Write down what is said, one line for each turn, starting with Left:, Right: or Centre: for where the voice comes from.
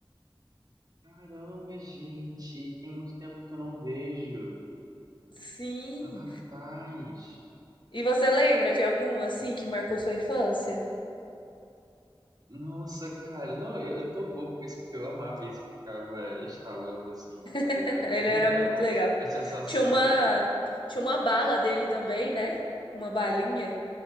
Right: Caramba, gente, tem muito tempo que eu não vejo.
Left: Sim.
Right: Rapaz,
Left: E você lembra de algum assim que marcou sua infância?
Right: nossa, cara, não, eu, eu tô bobo com isso, porque eu amava esse que ficava instalando assim, cara,
Left: <laughs>
Right: ele era
Left: Ele
Right: tão
Left: era
Right: legal.
Left: muito legal.
Right: A sensação,
Left: Tinha uma, tinha uma bala dele também, né? Uma balinha